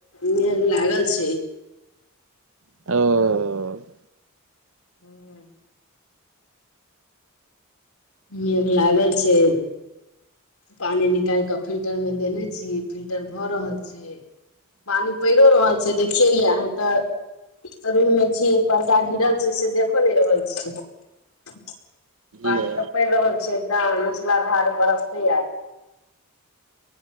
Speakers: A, on the left (about 85°); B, on the right (about 65°).
A: मेघ लागल छै
B: ओओ ओओ
A: हू- मेघ लागल छैय- पानी निकाल के फिल्टर में देने छी फिल्टर भऽ रहल छै पानि पड़िो रहल छै देखियै यए हम तऽ रूम मे छी पर्दा गिरल छै से देखो नहि रहल छै पानि
B: ले
A: तऽ पड़ि रहल छै एकदम मूसलाधार बरसते आय